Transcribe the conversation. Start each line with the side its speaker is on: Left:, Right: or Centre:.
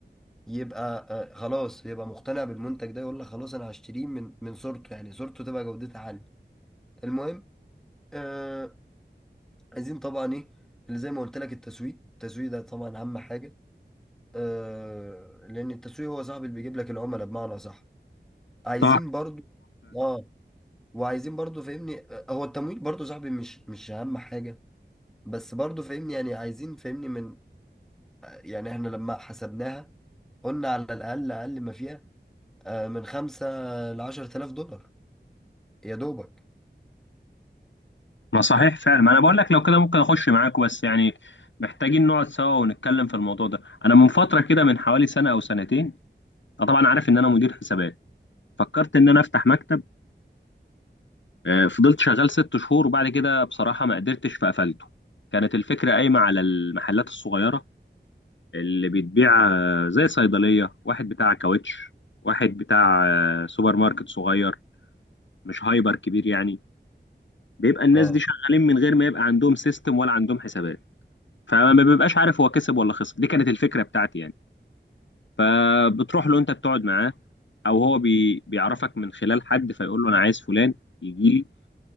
Centre: يبقى آه، خلاص يبقى مقتنع بالمنتج ده يقول لك خلاص انا هشتريه من من صورته يعني صورته تبقى جودتها عاليه المهم آه عايزين طبعا ايه اللي زي ما قلت لك التسويق التسويق ده طبعا اهم حاجه آه لان التسويق هو صاحب اللي بيجيب لك العملاء بمعنى صح عايزين
Left: صح
Centre: برضو اه وعايزين برضو فاهمني آه، هو التمويل برضو صاحبي مش مش اهم حاجه بس برضو فاهمني يعني عايزين فاهمني من يعني احنا لما حسبناها قلنا على الاقل اقل ما فيها آه، من خمسة لعشرة آلاف دولار يا دوبك
Left: ما صحيح فعلا ما انا بقول لك لو كده ممكن اخش معاك بس يعني محتاجين نقعد سوا ونتكلم في الموضوع ده انا من فتره كده من حوالي سنه او سنتين أنا طبعا عارف ان انا مدير حسابات فكرت ان انا افتح مكتب آه، فضلت شغال ست شهور وبعد كده بصراحه ما قدرتش فقفلته كانت الفكره قايمه على المحلات الصغيره اللي بتبيع آه، زي صيدليه واحد بتاع كاوتش واحد بتاع آه، سوبر ماركت صغير مش هايبر كبير يعني بيبقى الناس
Centre: اه
Left: دي شغالين من غير ما يبقى عندهم سيستم ولا عندهم حسابات فما بيبقاش عارف هو كسب ولا خسر دي كانت الفكره بتاعتي يعني فبتروح له انت بتقعد معاه او هو بي بيعرفك من خلال حد فيقول له انا عايز فلان يجي لي